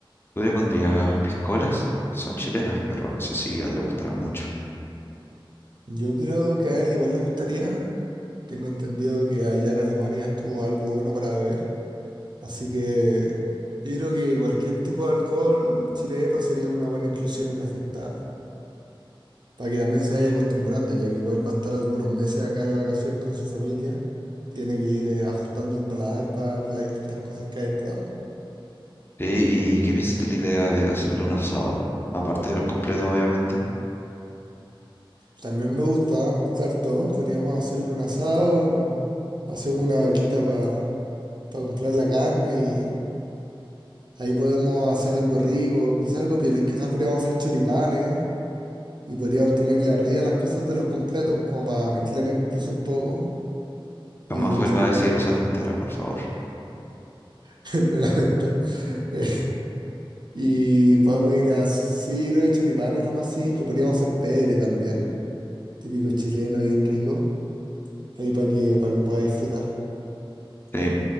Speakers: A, on the left; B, on the right.
A: Tú le pondrías piscolas, son chilenas, pero no sé si a él le gustarán mucho.
B: Yo creo que a él igual le gustaría. Tengo entendido que allá en Alemania estuvo algo bueno para beber. Así que yo creo que cualquier tipo de alcohol chileno sería una buena inclusión en la fiesta para que también se vaya acostumbrando, ya que igual va a estar algunos meses acá de vacaciones con su familia. Tiene que ir eh, ajustando el paladar para, las distintas cosas que hay probando.
A: Sí, ¿y qué piensas de la idea de hacerle un asado? Aparte de los completos, obviamente.
B: También me gusta, me gusta harto. Podríamos hacerle un asado, no, hacemos una vaquita para comprar la carne y ahí podemos hacer algo rico, quizás algo piola, quizás podríamos hacer choripanes y podríamos ponerle arriba las cosas de los completos, como para mezclar incluso un poco.
A: Jamás
B: Y
A: vuelva
B: choripán,
A: a decir esa tontera, por favor.
B: <laughs> lo lamento. <laughs> Y podemos ir a. Sí, yo creo que choripán es lo más simple. Podríamos hacer pere también, típico chileno, bien rico, ahí para que, para que pueda disfrutar.
A: Sí.